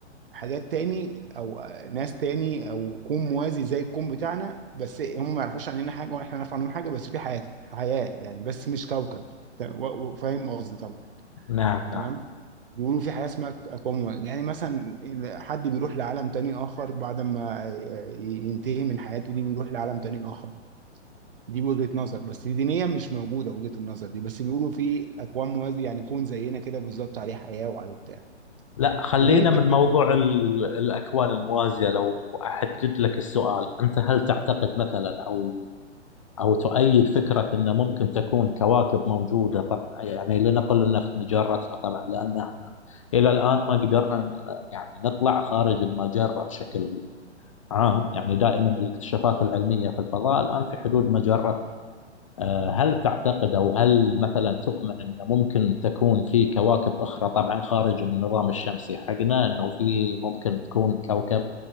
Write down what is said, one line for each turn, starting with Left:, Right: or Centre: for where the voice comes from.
Right: حاجات تاني او آه، ناس تاني او كون موازي زي الكون بتاعنا بس هم ما يعرفوش عننا حاجه ولا احنا نعرف عنهم حاجه بس في حياه حياه يعني بس مش كوكب ت- و- و- فاهم قصدي طبعا
Left: نعم نعم
Right: تمام بيقولوا في حياه اسمها ك- اكوان مو- يعني مثلا إذا حد بيروح لعالم تاني اخر بعد ما ي- ي- ينتهي من حياته دي بيروح لعالم تاني اخر دي وجهه نظر بس دينيا مش موجوده وجهه النظر دي بس بيقولوا في اكوان موازي يعني كون زينا كده بالظبط عليه حياه وعليه بتاع
Left: لا خلينا
Right: وممكن
Left: من موضوع ال- الأكوان الموازية لو أحدد لك السؤال أنت هل تعتقد مثلا أو أو تؤيد فكرة أن ممكن تكون كواكب موجودة طبعا يعني لنقل أن في مجرتنا طبعا لأن احنا إلى الآن ما قدرنا يعني نطلع خارج المجرة بشكل عام يعني دائما الاكتشافات العلمية في الفضاء الآن في حدود مجرة آه، هل تعتقد أو هل مثلا تؤمن أن ممكن تكون في كواكب أخرى طبعا خارج النظام الشمسي حقنا أنه في ممكن تكون كوكب